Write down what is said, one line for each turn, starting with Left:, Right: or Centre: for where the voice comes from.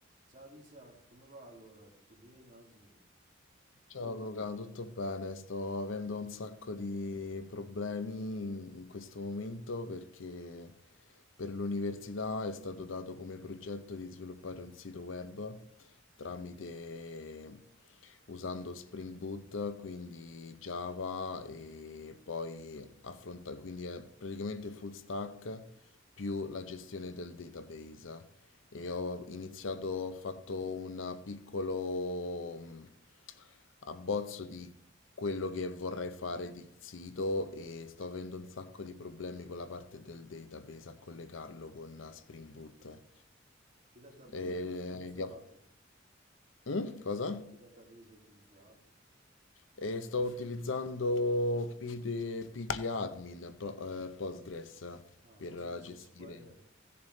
Right: Ciao Richard, come va allora? Tutto bene oggi?
Left: Ciao Luca, tutto bene? Sto avendo un sacco di problemi in in questo momento perché per l'università è stato dato come progetto di sviluppare un sito web tramite usando Spring Boot, quindi Java e poi affronta, quindi è praticamente full stack più la gestione del database. E ho iniziato, ho fatto un piccolo abbozzo di quello che vorrei fare di sito e sto avendo un sacco di problemi con la parte del database a collegarlo con eh, Spring Boot.
Right: Che database
Left: E,
Right: hai utilizzato?
Left: gli app- Mm? Cosa?
Right: Che, da- che database hai utilizzato?
Left: E sto utilizzando PD PG Admin, Pro- eh, Postgres
Right: Ah,
Left: per
Right: PostgreSQL.
Left: eh, gestire.